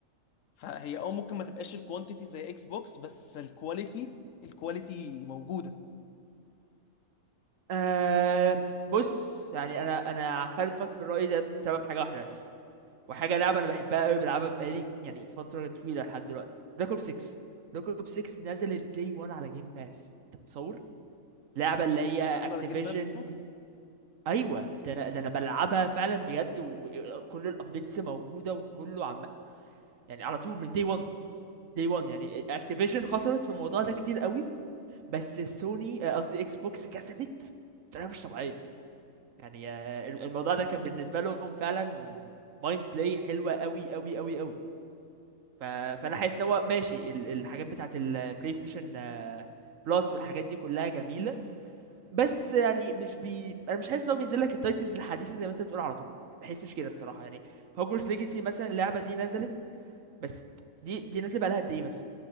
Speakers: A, on the left; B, on the right.
A: فهي اه ممكن ما تبقاش الكوانتيتي زي اكس بوكس بس الكواليتي الكواليتي موجودة
B: أه بص يعني انا انا خالفك في الرأي ده بسبب حاجة واحدة بس وحاجة لعبة انا بحبها قوي بلعبها بقالي يعني فترة طويلة لحد دلوقتي بلاك اوب 6 بلاك اوب 6 نزل الدي 1 على جيم باس انت بتصور لعبة اللي هي
A: هي نازلة
B: اكتيفيجن
A: على جيم باس اصلا
B: ايوه ده انا ده انا بلعبها فعلا بجد وكل الابديتس موجودة وكله عم يعني على طول من دي 1 دي 1 يعني اكتيفيجن خسرت في الموضوع ده كتير قوي بس سوني آه، قصدي اكس بوكس كسبت بطريقة مش طبيعية يعني آه، الموضوع ده كان بالنسبه لهم فعلا مايند بلاي حلوه قوي قوي قوي قوي ف... فانا حاسس ان هو ماشي ال- الحاجات بتاعه البلاي ستيشن آه، بلس والحاجات دي كلها جميله بس يعني مش بي انا مش حاسس ان هو بينزل لك التايتلز الحديثه زي ما انت بتقول على طول ما بحسش كده الصراحه يعني هوجورتس ليجاسي مثلا اللعبه دي نزلت بس دي دي نازله بقالها قد ايه مثلا